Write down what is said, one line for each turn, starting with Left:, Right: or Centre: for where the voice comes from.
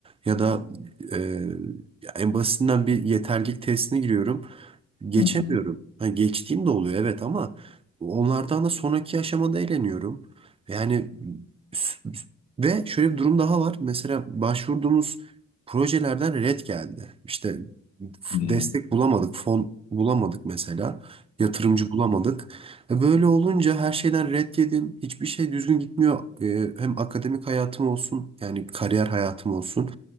Right: ya da e, ya en basitinden bir yeterlilik testine giriyorum. Geçemiyorum.
Left: Hı hı.
Right: Ha, geçtiğim de oluyor evet ama onlardan da sonraki aşamada eğleniyorum. Yani s- ve şöyle bir durum daha var. Mesela başvurduğumuz projelerden red geldi. İşte f-
Left: Hı.
Right: destek bulamadık, fon bulamadık mesela. Yatırımcı bulamadık. E, Böyle olunca her şeyden red yedim. Hiçbir şey düzgün gitmiyor. E, Hem akademik hayatım olsun yani kariyer hayatım olsun